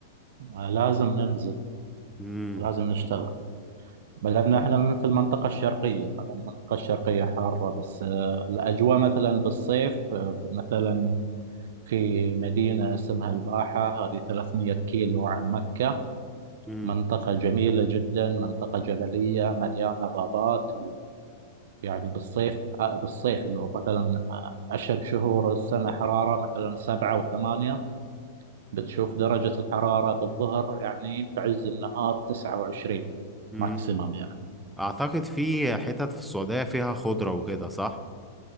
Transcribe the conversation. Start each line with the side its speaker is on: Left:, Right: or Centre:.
Right: آه، لازم ننزل
Centre: امم
Right: لازم نشتغل بل لأن إحنا من- في المنطقة الشرقية طبعا المنطقة الشرقية حارة بس آه، الأجواء مثلا بالصيف آه، مثلا في مدينة اسمها الباحة هذه 300 كيلو عن مكة
Centre: امم
Right: منطقة جميلة جدا منطقة جبلية مليانة غابات ويعني بالصيف آه، بالصيف اللي هو مثلا آه، أشهر شهور السنة حرارة مثلا سبعة وثمانية بتشوف درجة الحرارة بالظهر يعني بعز النهار تسعة وعشرين
Centre: امم
Right: ماكسيمم يعني
Centre: أعتقد في حتت في السعودية فيها خضرة وكده صح؟